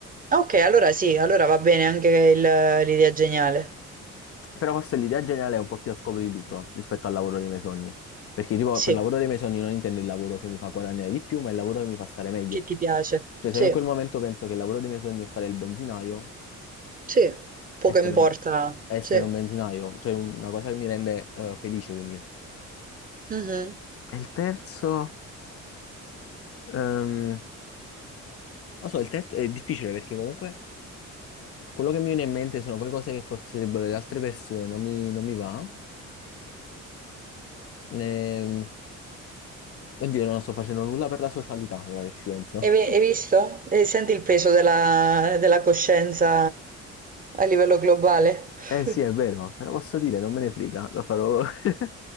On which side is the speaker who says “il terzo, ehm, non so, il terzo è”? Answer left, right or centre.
Left